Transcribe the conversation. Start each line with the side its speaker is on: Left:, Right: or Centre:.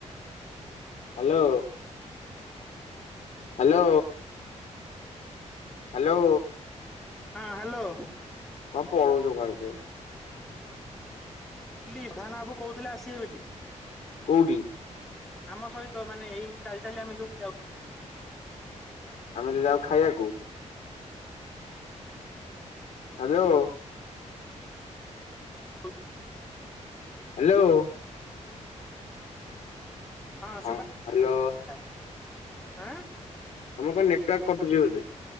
Left: ହ୍ୟାଲୋ। ହାଲୋ। ହାଲୋ।
Centre: ହଁ ହାଲୋ।
Left: କଣ ପଳଉଚ କୁଆଡ଼େ ଯେ?
Centre: ଲିଭାନ୍ ବାବୁ କହୁଥିଲେ ଆସିବେ ବୋଲି।
Left: କୋଉଠି?
Centre: ଆମ ସହିତ ମାନେ ଏଇ ଚାଲି ଚାଲି ଆମେ ଯୋଉଠି ଯାଉଛୁ।
Left: ଆମେ ଯ ଯାଉ ଖାଇବାକୁ। ଆଲୋ
Centre: ହଁ।
Left: ହାଲୋ।
Centre: ହଁ
Left: ହା
Centre: ସୁଭା ଗଲା।
Left: ହ୍ୟାଲୋ
Centre: ଆଁ
Left: ତମ କଣ ନେଟୱାର୍କ କଟୁଛି ବଧେ